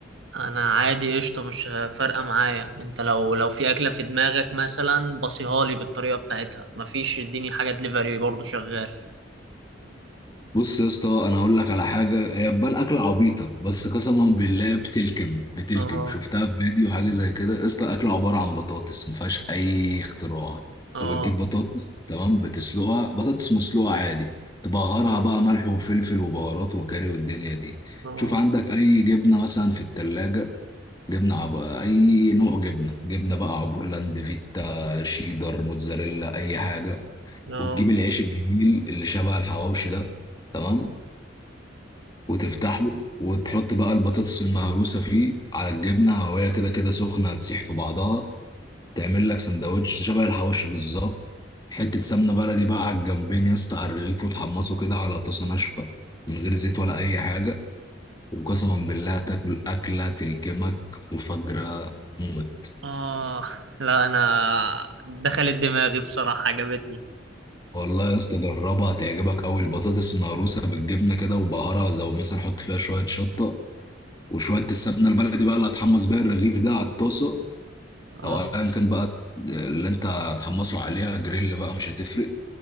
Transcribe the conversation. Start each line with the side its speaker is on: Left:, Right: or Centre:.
Right: انا عادي قشطه مش فارقه معايا انت لو لو في اكله في دماغك مثلا بصيها لي بالطريقه بتاعتها مفيش اديني حاجه دليفري برضه شغال
Left: بص يا اسطى انا هقول لك على حاجه هي تبان اكله عبيطه بس قسما بالله بتلكم بتلكم
Right: اه
Left: شفتها في فيديو حاجه زي كده يا اسطى اكله عباره عن بطاطس ما فيهاش اي اختراع
Right: اه
Left: انت بتجيب بطاطس تمام بتسلقها بطاطس مسلوقه عادي تبهرها بقى ملح وفلفل وبهارات وكاري والدنيا دي
Right: اه
Left: شوف عندك اي جبنه مثلا في التلاجة جبنه عب... اي نوع جبنه جبنه بقى عبورلاند فيتا شيدر موتزاريلا اي حاجه
Right: اه
Left: وتجيب العيش الجميل اللي شبه الحواوشي ده تمام وتفتحه وتحط بقى البطاطس المهروسة فيه على الجبنة وهي كده كده سخنة هتسيح في بعضها تعمل لك سندوتش شبه الحواوشي بالظبط حتة سمنة بلدي بقى على الجنبين يا اسطى على الرغيف وتحمصه كده على طاسة ناشفة من غير زيت ولا أي حاجة وقسما
Right: اه
Left: بالله تاكل أكلة تلكمك وفجرة موت
Right: آه لا أنا دخلت دماغي بصراحة عجبتني
Left: والله يا اسطى جربها هتعجبك أوي البطاطس المهروسة بالجبنة كده وبهارها زي مثلا حط فيها شوية شطة وشوية السمنة البلدي بقى اللي هتحمص بيها الرغيف ده على الطاسة
Right: آه
Left: او ايا كان بقى اللي انت هتحمسه عليها جريل بقى مش هتفرق